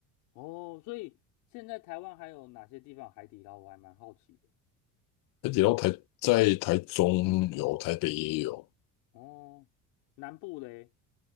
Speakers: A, on the left; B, on the left.
A: 哦，所以现在台湾还有哪些地方有海底捞，我还蛮好奇的。
B: 海底捞台在台中有，台北也有，
A: 哦，南部嘞，